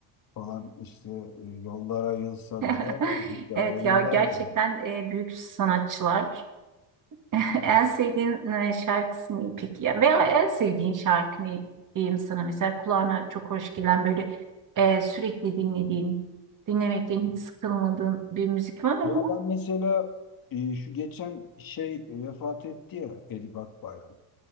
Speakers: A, on the left; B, on the right.
A: falan işte e, yollar ayırsa
B: <laughs>
A: bile bir daha
B: Evet
A: ayrılamıyor.
B: ya gerçekten e, büyük sanatçılar. <laughs> En sevdiğin e, şarkısı ne peki ya? Veya en sevdiğin şarkı ne diyeyim sana? Mesela kulağına çok hoş gelen böyle e, sürekli dinlediğin, dinlemekten hiç sıkılmadığın bir müzik var mı?
A: Ya ben mesela e, şu geçen şey vefat etti ya Edip Akbayram.